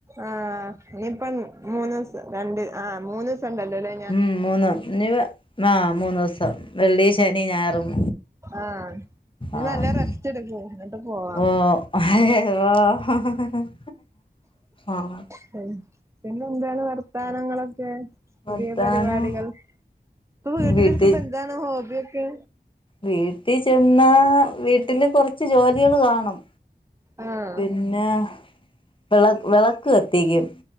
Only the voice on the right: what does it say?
ആഹ് ഇനിയിപ്പം മൂന്ന് ദിവസം രണ്ട് ആഹ് മൂന്ന്സം ണ്ടല്ലോല്ലോ
ആഹ് ഇനി
നല്ല റെസ്റ്റ് എടുക്ക് എന്നിട്ട് പോവാം
പിന്നെ പിന്നെ എന്താണ് വർത്താനങ്ങളൊക്കെ പുതിയ
പരിപാടികൾ ഇപ്പൊ വീട്ടിലിരിക്കുമ്പോ
എന്താണ് ഹോബിയൊക്കെ
ആഹ്